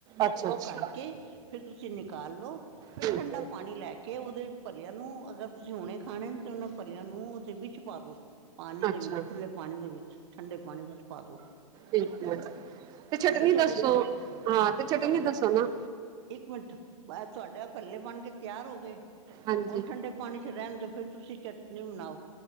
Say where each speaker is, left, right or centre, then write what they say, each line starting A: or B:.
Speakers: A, on the right (about 20°); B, on the right (about 50°).
A: ਅੱਛਾ
B: ਉਹ
A: ਅੱਛਾ
B: ਕਰਕੇ ਫਿਰ ਤੁਸੀਂ ਨਿਕਾਲ ਲਓ ਫਿਰ
A: ਠੀਕ
B: ਠੰਡਾ
A: ਹੈ
B: ਪਾਣੀ ਲੈ ਕੇ ਉਹਦੇ ਭਲਿਆਂ ਨੂੰ ਅਗਰ ਤੁਸੀਂ ਹੁਣੇ,,, ਖਾਣੇ ਤੇ ਉਹਨਾਂ ਭਲਿਆਂ ਨੂੰ ਉਹਦੇ ਵਿੱਚ ਪਾ ਦੋ। ਪਾਣੀ ਦੇ
A: ਅੱਛਾ
B: ਵਿੱਚ ਖੁੱਲੇ ਪਾਣੀ ਦੇ ਵਿੱਚ ਠੰਡੇ ਪਾਣੀ ਦੇ ਵਿੱਚ ਪਾ ਦੋ।
A: ਏਕ ਮਿੰਟ ਤੇ, ਚਟਨੀ
B: ਤੁਹਾਡੇ
A: ਦੱਸੋ
B: ਭੱਲੇ
A: ਹਾਂ, ਤੇ ਚਟਨੀ
B: ਤਾਂ
A: ਦੱਸੋ
B: ਬਣ
A: ਨਾ
B: ਇੱਕ ਮਿੰਟ, ਤੁਹਾਡਾ ਭਲੇ ਬਣ ਕੇ ਤਿਆਰ ਹੋ ਗਏ,
A: ਹਾਂਜੀ
B: ਹੁਣ ਠੰਡੇ ਪਾਣੀ ਇੱਥੇ ਰਹਿਣ ਤੋਂ, ਫਿਰ ਤੁਸੀਂ ਚਟਨੀ ਬਣਾਓ